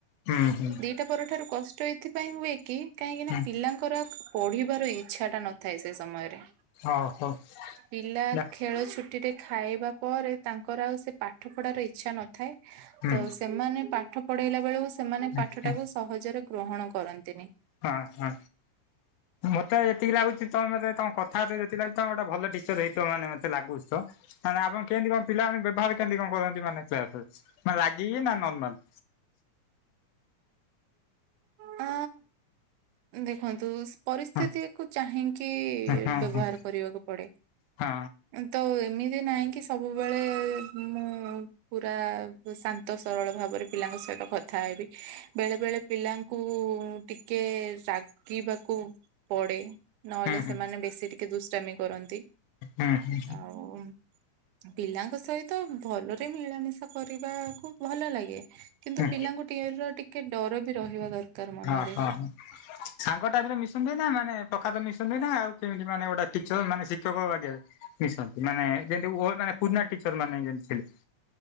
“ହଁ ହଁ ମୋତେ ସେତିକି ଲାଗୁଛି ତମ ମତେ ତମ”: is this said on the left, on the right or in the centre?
Left